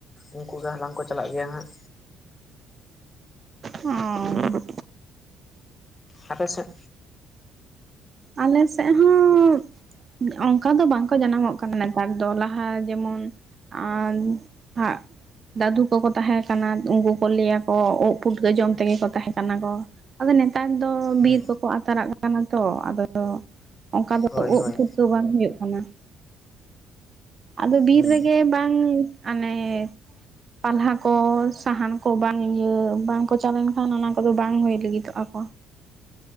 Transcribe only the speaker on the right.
ᱚᱸ
ᱟᱞᱮ ᱥᱮᱜ ᱦᱚᱸ ᱚᱝᱠᱟ ᱫᱚ ᱵᱟᱝ ᱠᱚ ᱡᱟᱱᱟ ᱢᱚᱜ ᱠᱟᱱᱟ ᱱᱮᱛᱟᱨ ᱫᱚ ᱞᱟᱦᱟ ᱡᱮᱢᱚᱱ ᱼᱼ ᱟᱱ ᱯᱷᱟᱜ ᱫᱟᱫᱩ ᱠᱚᱠᱚ ᱛᱟᱦᱮᱸ ᱠᱟᱱᱟ ᱩᱱᱠᱩ ᱠᱚ ᱞᱟᱹᱭ ᱟᱠᱚ ᱳᱜ ᱯᱩᱴᱠᱟᱹ ᱡᱚᱢ ᱛᱮᱜᱮ ᱠᱚ ᱛᱟᱦᱮᱸ ᱠᱟᱱᱟ ᱠᱚ ᱟᱫᱚ ᱱᱮᱛᱟᱨ ᱫᱚ
ᱵᱤᱨ ᱠᱚᱠᱚ ᱟᱛᱟᱨᱟᱜ ᱠᱟᱱᱟ ᱛᱚ ᱟᱫᱚ ᱚᱝᱠᱟ ᱫᱚ
ᱳᱜ
ᱯᱩᱼᱼ ᱯᱩᱴᱠᱟᱹ ᱵᱟᱝ ᱦᱳᱭᱳᱜ ᱠᱟᱱᱟ᱾ ᱟᱫᱚ ᱵᱤᱨ
ᱨᱮᱜᱮ ᱵᱟᱝ ᱟᱱᱮ ᱼᱼ ᱯᱟᱞᱦᱟ ᱠᱚ ᱥᱟᱦᱟᱱ ᱠᱚ ᱵᱟᱝ ᱤᱭᱟᱹ ᱵᱟᱝ ᱪᱟᱞᱟᱣ ᱞᱮᱱ ᱠᱷᱟᱱ ᱚᱱᱟ ᱠᱚᱫᱚ ᱵᱟᱝ ᱦᱳᱭ ᱞᱟᱹᱜᱤᱫᱚᱜᱼᱟ ᱠᱚ